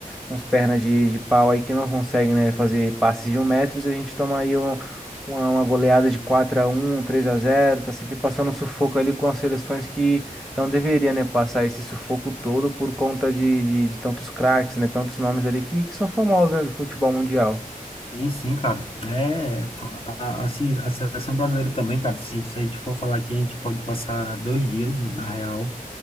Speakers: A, in the centre; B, on the left.
A: uns pernas de, de pau aí que não conseguem, né, fazer passes de um metro, e a gente toma aí um- uma, uma goleada de 4 a um, 3 a zero. tá sempre passando sufoco ali com as seleções que não deveria, né, passar esse sufoco todo por conta de, de, de tantos craques, né, tantos nomes ali que, que são famosos, né, do futebol mundial.
B: Sim, sim, cara. É, a- assim, a seleção brasileira também, cara, se isso a gente for falar aqui, a gente pode passar dois dias, na real,